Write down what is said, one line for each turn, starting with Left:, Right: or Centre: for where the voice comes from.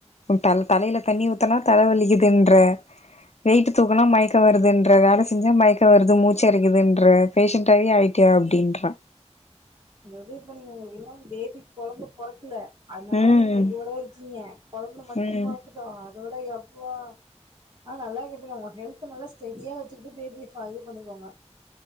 Left: த தலைல தண்ணி ஊத்தனா தல வலிக்குதுன்ற வெயிட்டு தூக்கனா மய க்க வருதுன்ற வேல செஞ்சா மயக்க வருது மூச்சு இறைக்குதுன்ற பேஷண்டாவே ஆயிட்டியா அப்டின்றா
Right: அதாவது இப்ப நீங்க உங்ளுக்கு இன்னு பேபி கொழந்த பொறக்கல அதனால
Left: ம்
Right: நீங்க இதோட இருக்கீங்க கொழந்த மட்டு
Left: ம்
Right: பொறக்கட்டு அதோட எப்பா ஆ நல்லா கேட்டுங்க உங்க ஹெல்த் நல்லா ஸ்டெடியா வச்சுட்டு பேபி ஃப இது பண்ணிக்கோங்க